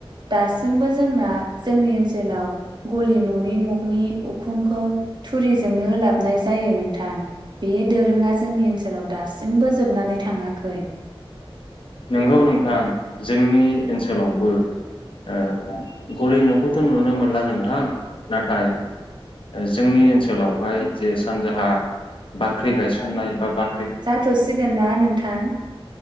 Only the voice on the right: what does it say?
दासिमबो जोंना जोंनि ओनसोलाव गलि न'नि न'नि उखुमखौ थुरिजोंनो लाबनाय जायो नों थां बे दोरोङा ज जोंनिओनसोलाव दासिमबो जोबनानै थाङाखै।
जाथ'सिगोन ना नोंथां